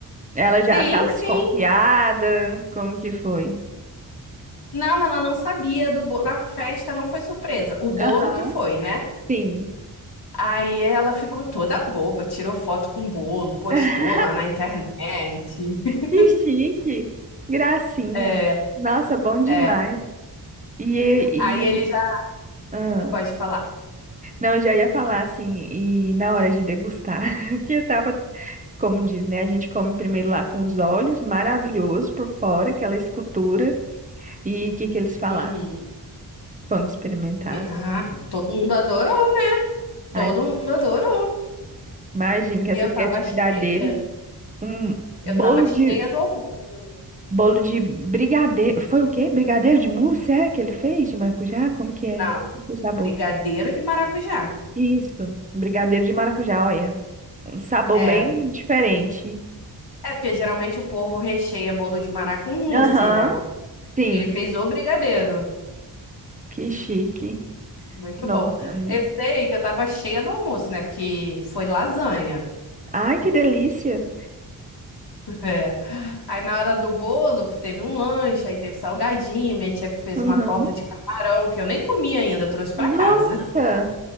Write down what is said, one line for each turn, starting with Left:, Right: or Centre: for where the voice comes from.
Right: Ela já
Left: Sim,
Right: estava
Left: sim.
Right: desconfiada? Como que foi?
Left: Não, ela não sabia do bolo. A festa não foi surpresa. O bolo
Right: Aham,
Left: que foi, né?
Right: sim.
Left: Aí ela ficou toda boba, tirou foto com o bolo, postou
Right: <laughs>
Left: lá na internet. <laughs>
Right: Que chique! Gracinha!
Left: É,
Right: Nossa, bom demais.
Left: é.
Right: E, e,
Left: Aí ele já
Right: ah.
Left: pode falar.
Right: Não, eu já ia falar assim, e na hora de degustar, <laughs> que etapa, como diz, né? A gente come primeiro lá com os olhos, maravilhoso por fora, aquela escultura. E o que que eles falaram
Left: Uhum.
Right: quando experimentaram?
Left: Me- Ah, todo mundo adorou, né? Todo
Right: Ai,
Left: mundo adorou.
Right: imagino que essa
Left: Eu
Right: criatividade
Left: tava cheia.
Right: dele, um
Left: Eu
Right: bolo
Left: tava cheia
Right: de
Left: do almoço.
Right: bolo de brigadeiro, foi o quê? Brigadeiro de mousse, é que ele fez de maracujá? Como que é?
Left: Não,
Right: Que sabor?
Left: brigadeiro de maracujá.
Right: Isso, um brigadeiro de maracujá, olha, um sabor
Left: É.
Right: bem diferente.
Left: É porque geralmente o povo recheia bolo de maracujá com mousse,
Right: Aham.
Left: né?
Right: Sim.
Left: Ele fez o brigadeiro.
Right: Que chique.
Left: Muito
Right: Nota,
Left: bom.
Right: amigo.
Left: Eu sei que eu tava cheia do almoço, né? Porque foi lasanha. <laughs>
Right: Ai, que delícia.
Left: É. Aí na hora do bolo, teve um lanche, aí teve salgadinho. Minha tia fez
Right: Uhum.
Left: uma torta de camarão que eu nem comi ainda, trouxe pra
Right: Nossa,
Left: casa.